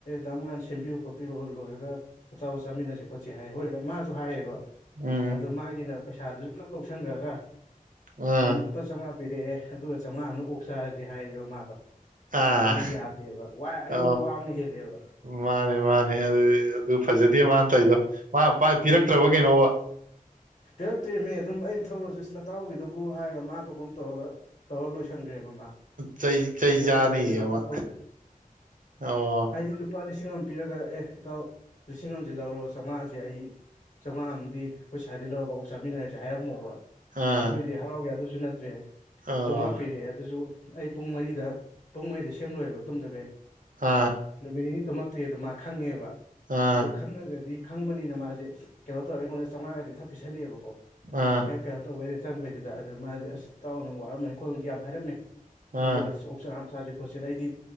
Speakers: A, on the left; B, on the right.
A: ꯇꯃꯥꯟ ꯁꯦꯝꯕꯤꯔꯣ ꯈꯣꯠꯄꯤꯔꯣ ꯂꯣꯏꯔꯒ ꯑꯆꯥꯕ ꯆꯥꯃꯤꯟꯅꯁꯦ ꯈꯣꯠꯁꯦ ꯍꯥꯏ ꯍꯣꯏ ꯃꯥꯁꯨ ꯍꯥꯏꯌꯦꯕ
B: ꯎꯝ
A: ꯑꯗ ꯃꯥꯒꯤꯅ ꯄꯩꯁꯥꯗꯨꯁꯨ ꯄꯨꯂꯞ ꯂꯧꯁꯟꯈ꯭ꯔꯒ
B: ꯑꯥ
A: ꯎꯝ ꯂꯨꯄꯥ ꯆꯥꯃꯉꯥ ꯄꯤꯔꯛꯑꯦ ꯑꯗꯨꯒ ꯆꯥꯝꯃꯉꯥ ꯑꯃꯅ ꯑꯣꯛ ꯆꯥꯔꯁꯦ ꯍꯥꯏꯔꯦꯕ ꯃꯥꯗꯣ
B: ꯑꯥ
A: ꯑꯗꯨꯗꯤ ꯌꯥꯗꯦꯕ ꯋꯥ ꯑꯩꯉꯣꯟꯗ
B: ꯑ
A: ꯋꯥꯅ ꯍꯦꯜꯂꯦꯕ
B: ꯃꯥꯅꯦ ꯃꯥꯅꯦ ꯑꯗꯨ ꯑꯗꯨ ꯐꯖꯗꯦ ꯃꯥꯅ ꯇ ꯑꯩꯗꯣ ꯃꯥ ꯄꯤꯔꯛꯇ꯭ꯔꯕ
A: ꯑꯗꯨꯅꯤ
B: ꯀꯩꯅꯣꯕ
A: ꯄꯤꯔꯛꯇ꯭ꯔꯦꯃꯦ ꯑꯗꯨꯝ ꯑꯩꯅ ꯊꯧꯔꯁꯨ ꯏꯁꯅ ꯇꯥꯎꯈꯤꯗꯕꯨ ꯍꯥꯏꯔꯒ ꯃꯥ ꯑꯇꯣꯞꯄ ꯑꯃ ꯇꯧꯔꯒ ꯇꯧꯔꯒ ꯂꯣꯏꯁꯟꯈ꯭ꯔꯦꯕ
B: ꯆꯩ ꯆꯩ
A: ꯄꯤꯔꯛꯑꯔꯣꯏꯔꯁꯨ
B: ꯆꯥꯅꯤꯌꯦ
A: ꯌꯥꯝ ꯀꯟ
B: ꯃꯥ
A: ꯊꯧꯗ꯭ꯔꯦ
B: ꯑꯣ
A: ꯍꯥꯏꯗꯤ ꯂꯨꯄꯥ ꯂꯤꯁꯤꯡ ꯑꯃ ꯄꯤꯔꯒ ꯑꯦ ꯏꯇꯥꯎ ꯂꯤꯁꯤꯡ ꯑꯃꯦ ꯂꯧꯔꯣ ꯆꯥꯝꯉꯥꯥꯁ ꯦ ꯑꯩ ꯆꯥꯝꯃꯉꯥ ꯑꯃꯗꯤ ꯑꯩꯈꯣꯏ ꯁ꯭ꯋꯥꯗꯩ ꯂꯧꯔꯒ ꯑꯣꯛ ꯆꯥꯃꯤꯟꯅꯔꯁꯦ ꯍꯥꯏꯔꯝꯃꯣꯕ
B: ꯑꯥ
A: ꯑꯗꯨꯏꯗꯤ ꯍꯔꯥꯎꯒꯦ ꯑꯗꯨꯁꯨ ꯅꯠꯇ꯭ꯔꯦ
B: ꯑꯣ
A: ꯆꯥꯝꯃꯉꯥ ꯄꯤꯔꯛꯑꯦ ꯑꯗꯨꯁꯨ ꯑꯩ ꯄꯨꯡ ꯃꯔꯤꯗ ꯄꯨꯡ ꯃꯔꯤꯗ ꯁꯦꯝꯂꯣꯏꯕ ꯇꯨꯝꯗꯈꯩ
B: ꯑꯥ
A: ꯅꯨꯃꯤꯠ ꯅꯤꯅꯤ ꯇꯃ ꯠꯇꯦ ꯑꯗꯨ ꯃꯥ ꯈꯪꯉꯦꯕ
B: ꯑꯥ
A: ꯑꯗꯨ ꯈꯪꯉꯒꯗꯤ ꯈꯪꯕꯅꯤꯅ ꯃꯥꯁꯦ ꯀꯩꯅꯣ ꯇꯧꯔꯒ ꯑꯩꯉꯣꯟꯗ ꯆꯥꯝꯃꯉꯥꯒꯗꯤꯊꯔ ꯄꯤꯁꯜꯂꯛꯦꯕꯀꯣ
B: ꯑꯥ
A: ꯍꯦꯛ ꯀꯩꯅꯣ ꯇꯧꯕꯩꯅꯁ ꯆꯪꯕꯩꯗꯨꯗ ꯑꯗꯨ ꯃꯥꯁꯦ ꯑꯁ ꯏꯇꯥꯎ ꯅꯪ ꯋꯥꯔꯝꯃꯅꯤ ꯈꯣꯠꯂꯗꯤ ꯌꯥꯝ ꯍꯥꯏꯔꯝꯃꯦ
B: ꯑꯥ
A: ꯑꯗꯨꯣꯛ ꯆꯔ ꯈꯣꯠꯁꯤꯅ ꯑꯩꯗꯤ